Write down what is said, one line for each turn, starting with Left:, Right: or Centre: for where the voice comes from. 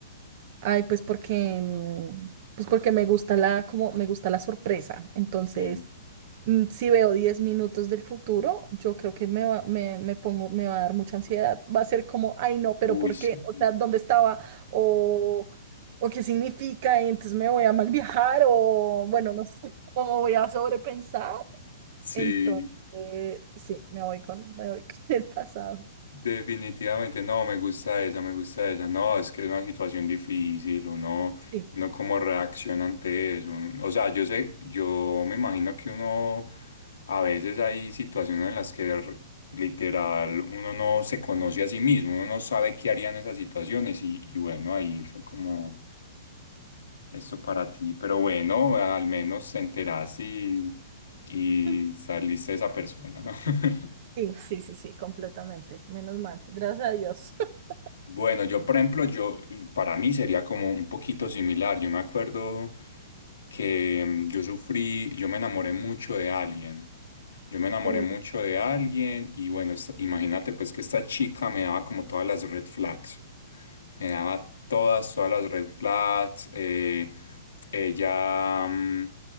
Right: Ay, pues porque, mm, pues porque me gusta la, como me gusta la sorpresa. Entonces,
Left: bien.
Right: mm, si veo 10 minutos del futuro, yo creo que me va, me, me pongo, me va a dar mucha ansiedad. Va a ser como, ay no, pero
Left: Uy,
Right: ¿por
Left: sí.
Right: qué? O sea, ¿dónde estaba? O, o qué significa, y entonces me voy a mal viajar, o bueno, no sé, <laughs> o voy a sobrepensar.
Left: Sí.
Right: Entonces, sí, me voy con, me voy con <laughs> el pasado.
Left: Definitivamente, no, me gusta esa, me gusta esa. No, es que es una situación difícil, uno,
Right: Sí,
Left: uno cómo reacciona ante eso. O sea, yo sé, yo me imagino que uno, a veces hay situaciones en las que r- literal uno no se conoce a sí mismo, uno no sabe qué haría en esas situaciones y, y bueno, ahí fue como esto para ti. Pero bueno, al menos te enteraste y, y
Right: <laughs>
Left: saliste de esa persona, ¿no? <laughs>
Right: sí, sí, sí, sí, completamente. Menos mal. Gracias a Dios. <laughs>
Left: Bueno, yo por ejemplo, yo para mí sería como un poquito similar. Yo me acuerdo que mm, yo sufrí, yo me enamoré mucho de alguien. Yo me enamoré
Right: Sí,
Left: mucho de alguien y bueno, esta- imagínate pues que esta chica me daba como todas las red flags. Me daba todas, todas las red flags. eh, ella, mm,